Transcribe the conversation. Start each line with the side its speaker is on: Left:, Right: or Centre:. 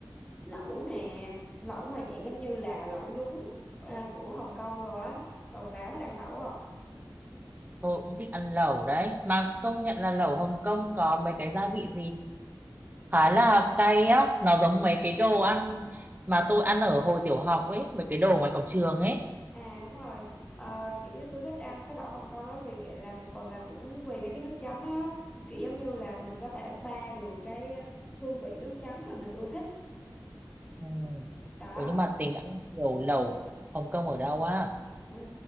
Left: lẩu nè, lẩu mà dạng giống như là lẩu nhúng à, của Hồng Kông rồi á. Còn bà có thích ăn lẩu không?
Right: Tôi cũng thích ăn lẩu đấy, mà công nhận là lẩu Hồng Kông có mấy cái gia vị gì khá là cay á nó giống mấy cái đồ ăn mà tôi ăn ở hồi tiểu học ấy mấy cái đồ ngoài cổng trường ấy
Left: À đúng rồi Ờ, kiểu như tôi thích ăn cái lẩu Hồng Kông đó vì kiểu là một phần là cũng vì mấy cái nước chấm đó kiểu giống như là mình có thể pha được cái ờ, hương vị nước chấm mà mình ưa thích
Right: ừ.
Left: đó
Right: Ủa nhưng mà tính ăn kiểu lẩu Hồng Kông ở đâu á
Left: Ừm,